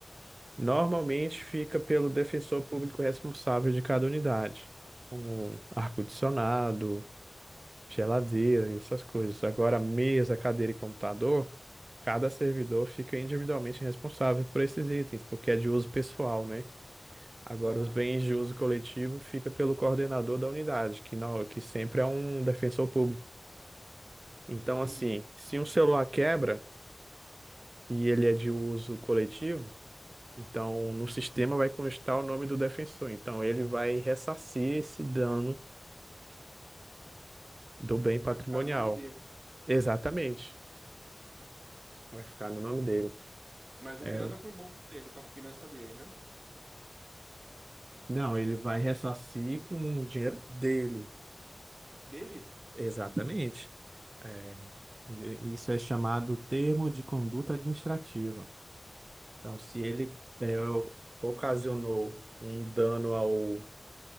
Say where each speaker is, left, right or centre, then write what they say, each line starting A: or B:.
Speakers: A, on the right (about 50°); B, on the right (about 80°).
A: Normalmente fica pelo defensor público responsável de cada unidade, como ar-condicionado, geladeira, e essas coisas. Agora, mesa, cadeira e computador, cada servidor fica individualmente responsável por esses itens, porque é de uso pessoal, né? Agora,
B: Aham,
A: os bens de uso coletivo fica pelo coordenador da unidade, que não, que sempre é um defensor público. Então,
B: entendi.
A: assim, se um celular quebra e ele é de uso coletivo, então no sistema vai constar o nome do defensor. Então, ele vai ressarcir esse dano do bem
B: Vai
A: patrimonial.
B: ficar no nome dele.
A: Exatamente. Vai ficar no nome dele.
B: Mas não
A: É,
B: tem nada com o bolso dele, com a finança dele, né?
A: não, ele vai ressarcir com o dinheiro dele.
B: Dele?
A: Exatamente. É, e- isso é chamado termo de conduta administrativa. Então, se ele é, o- ocasionou um dano ao,